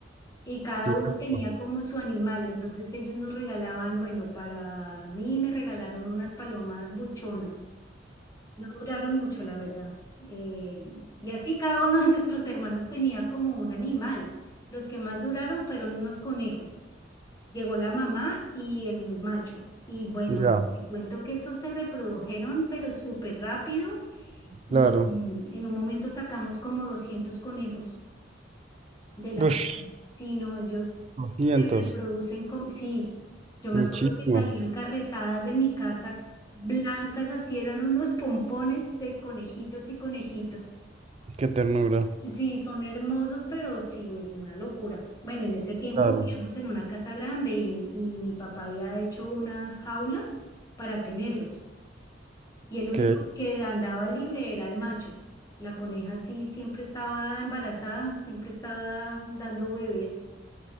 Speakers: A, on the left (about 20°); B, on the right (about 35°).
A: y cada
B: Sí,
A: uno tenía
B: opa.
A: como su animal, entonces ellos nos regalaban, bueno, para mí me regalaron unas palomas buchonas, no duraron mucho, la verdad. Eh, y así cada uno de nuestros hermanos tenía como un animal. Los que más duraron fueron unos conejos. Llegó la mamá y el macho. Y bueno,
B: ya,
A: te cuento que esos se reprodujeron, pero súper rápido. Y
B: claro.
A: mm, en un momento sacamos como 200 conejos de la
B: Ush.
A: casa. Sí, no, ellos
B: doscientos,
A: se reproducen como... Sí, yo
B: muchísimos.
A: me acuerdo que salían carretadas de mi casa blancas, así eran unos pompones de conejitos y conejitos.
B: Qué ternura.
A: Sí, son hermosos, pero sí, uy, una locura. Bueno, en ese tiempo
B: Claro,
A: vivíamos en una casa grande y, y mi papá había hecho unas jaulas para tenerlos y el único
B: que,
A: que andaba libre era el macho. La coneja sí siempre estaba embarazada, siempre estaba dando bebés.